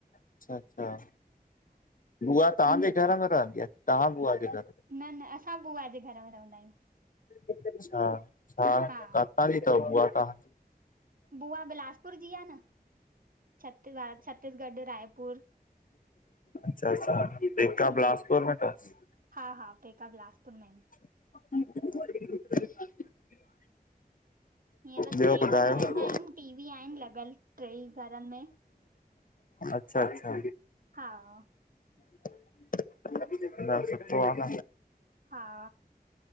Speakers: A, on the left; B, on the right.
A: अच्छा-अच्छा बुआ तव्हांजे घर में रहंदी आहे, तव्हां बुआ जे घर?
B: न-न असां बुआ जे घर में रहंदा आहियूं।
A: अछा छा
B: हा
A: काथा जी तव बुआ तहां?
B: बुआ बिलासपुर जी आहे न, छती छत्तीसगढ़ रायपुर।
A: अच्छा-अच्छा पेका बिलासपुर में तस।
B: हा-हा पेका बिलासपुर में आहिनि।
A: <unintelligible>
B: हिअर
A: ॿियो
B: ट्रे
A: ॿुधायो?
B: घर रहंदा आहियूं टी-वी आहिनि लॻल ट्रैई घरनि में।
A: अच्छा-अच्छा
B: हा
A: <unintelligible> न सुठो आ न।
B: हा